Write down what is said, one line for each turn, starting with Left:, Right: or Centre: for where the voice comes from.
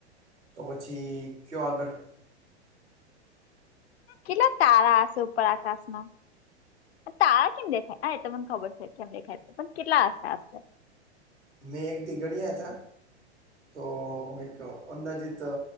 Right: તો પછી કયો આગળ
Left: કેટલા તારા હશે ઉપર આકાશમાં તારા કેમ દેખાય હા એતો મને ખબર છે, કેમ દેખાય તો પણ કેટલા આશરે
Right: મેં એકદી ગણ્યા હતા તો એક અંદાજીત અ